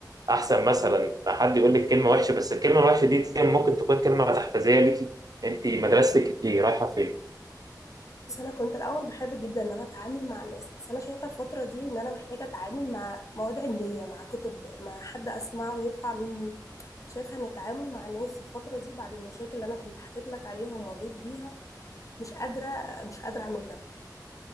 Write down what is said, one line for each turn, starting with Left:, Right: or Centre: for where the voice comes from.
Right: احسن مثلا ما حد يقول لك كلمه وحشه بس الكلمه الوحشه دي ممكن تكون كلمه تحفيزيه ليكي انت مدرستك ايه رايحه فين
Left: بص انا كنت الاول بحب جدا ان انا اتعامل مع الناس بس انا شايفة الفترة دي ان انا محتاجة اتعامل مع مواد علمية مع كتب مع حد اسمعه ويرفع مني شايفة ان التعامل مع الناس الفترة دي بعد المشاكل اللي انا كنت حكيت لك عليها ومريت بيها مش قادرة مش قادرة اعمل ده